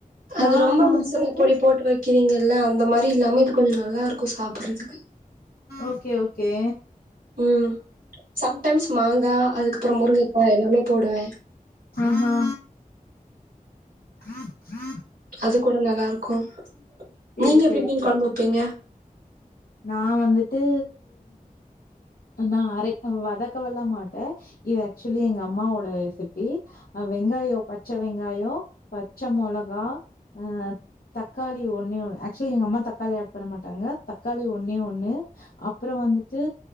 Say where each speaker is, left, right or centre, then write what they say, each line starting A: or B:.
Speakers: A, on the right (about 80°); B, on the left (about 90°).
A: அது
B: நா
A: ரொம்ப
B: நா
A: மசாலா
B: வந்துட்டு
A: பொடி போட்டு வக்கிறீங்கல்ல அந்த மாதிரி இல்லாம இது கொஞ்சோம் நல்லா இருக்கும் சாப்றதுக்கு
B: ஓகே ஓகே
A: உம் சம்டைம்ஸ் மாங்கா அதுக்கப்றோ முருங்கைக்கா எல்லாமே போடுவே
B: ஆஹா <inaudible>
A: அது கூட நல்லா இருக்கும்
B: செரி
A: நீங்க எப்டி
B: செரி
A: மீன்
B: செரி
A: கொழம்பு வப்பீங்க
B: நா வந்துட்டு நா அரை வதக்கல்ல மாட்டே இது ஆக்சுவலி எங்க அம்மாவோட ரெசிபி அ வெங்காயோ பச்ச வெங்காயோ பச்சை மிளகா அ தக்காளி ஒண்ணே ஒண்ணு ஆக்சுவலி எங்க அம்மா தக்காளி ஆட் பண்ண மாட்டாங்க தக்காளி ஒண்ணே ஒண்ணு அப்றோ வந்துட்டு